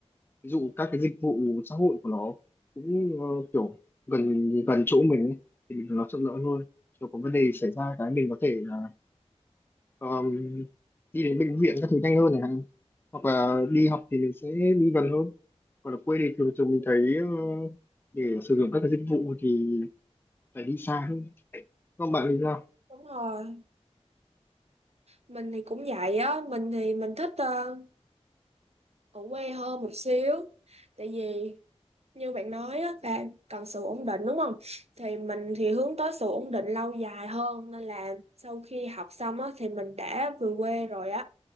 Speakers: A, on the left (about 20°); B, on the right (about 65°).
A: ví dụ các cái dịch vụ xã hội của nó cũng ờ, kiểu gần gần chỗ mình ấy, thì mình nó thuận lợi hơn kiểu có vấn đề xảy ra cái mình có thể là um, đi đến bệnh viện các thứ nhanh hơn này hoặc là đi học thì mình sẽ đi gần hơn còn ở quê thì thường thường mình thấy ờ, để sử dụng các cái dịch vụ thì phải đi xa hơn còn bạn thì sao
B: đúng rồi mình thì cũng vậy á mình thì mình thích ờ, ở quê hơn một xíu tại vì như bạn nói á là cần sự ổn định đúng không thì mình thì hướng tới sự ổn định lâu dài hơn nên là sau khi học xong á thì mình đã về quê rồi á